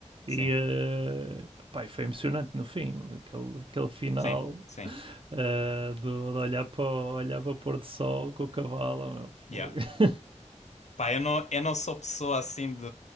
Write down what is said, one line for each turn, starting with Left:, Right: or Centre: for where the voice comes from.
Right: E,
Left: Sim,
Right: eh, pá, e foi emocionante no fim, aquele, aquele final
Left: sim, sim.
Right: eh, do, de olhar para, o, olhar para o pôr do sol com o cavalo. meu,
Left: Yeah.
Right: foi.
Left: Pá, eu não, eu não sou pessoa assim de,